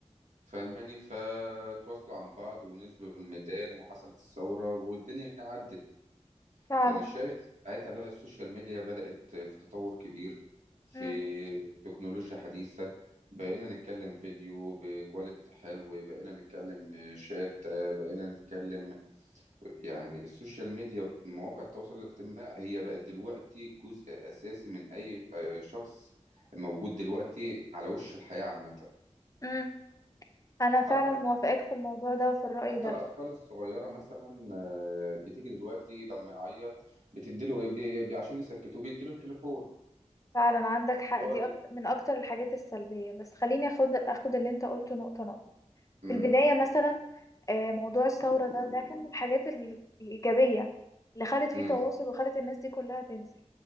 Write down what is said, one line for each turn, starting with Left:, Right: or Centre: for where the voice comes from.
Right: فاهماني فتواصلوا عن بعض ونزلوا الميدان وحصلت الثورة والدنيا عدت
Left: فعلا
Right: فأنا شايف ساعتها بقى السوشيال ميديا بدأت في تطور كبير في
Left: امم
Right: تكنولوجيا حديثة بقينا نتكلم فيديو بكواليتي حلو بقينا نتكلم شات بقينا نتكلم يعني السوشيال ميديا ومواقع التواصل الاجتماعي هي بقت دلوقتي جزء أساسي من أي آه، شخص موجود دلوقتي على وش الحياة عامة
Left: امم انا فعلا
Right: حتى
Left: موافقاك في الموضوع ده وفي الرأي
Right: حتى
Left: ده
Right: الأطفال الصغيرة مثلا آه، بتيجي دلوقتي لما يعيط بتديله إيه بي- بي- عشان يسكتوه بيديله التليفون
Left: فعلا عندك حق
Right: يقعد
Left: دي أكت- من اكتر الحاجات السلبية بس خليني اخد اخد اللي انت قلته نقطة نقطة
Right: امم
Left: في البداية مثلا آه، موضوع الثورة ده ده كان من الحاجات ال- الإيجابية اللي خلت فيه
Right: امم
Left: تواصل وخلت الناس دي كلها تنزل